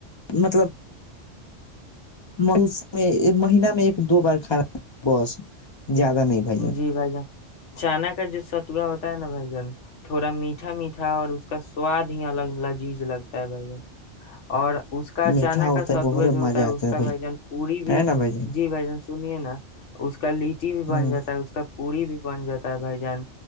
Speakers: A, on the left; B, on the left.
A: مطلب مسم مہین میں ایک دو بار کھانا بس زیادہ نہیں بھائی جان
B: جی بھائی چانا کا جو ستوا ہوتا ہے نا بھ جن تھوڑا میٹھا میٹھا اور اس کا سواد ہی الگ لذیذ لگتا ہے بھ جن اور اس کا اچانک
A: میٹھا ہوتا
B: کا ستوج
A: ہے بہت
B: ہوتا
A: مزہ
B: ہے
A: آتا
B: اس کا بھائی جان پی بھی
A: ہے نا بھائی جان
B: جی بھ جان سنیے نا اس کا لیٹی ب بھی بن
A: ہ
B: جاتی ہے پوی بھی بن جاتا ہے بھ جان